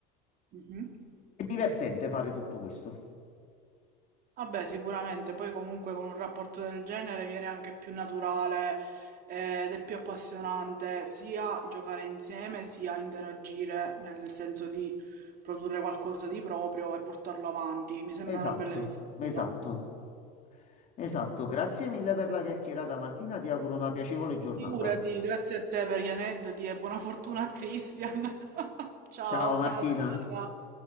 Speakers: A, on the right; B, on the left.
A: Mhm.
B: È divertente fare tutto questo.
A: Vabbè, sicuramente, poi comunque con un rapporto del genere viene anche più naturale eh, ed è più appassionante sia giocare insieme sia interagire nel senso di produrre qualcosa di proprio e portarlo avanti. Mi sembra
B: Esatto,
A: una bella iniziativa.
B: esatto, esatto. Grazie mille per la chiacchierata, Martina, ti auguro una piacevole giornata.
A: Figurati, grazie a te per gli aneddoti e buona fortuna a Christian. <laughs> Ciao,
B: Ciao Martina.
A: buona serata.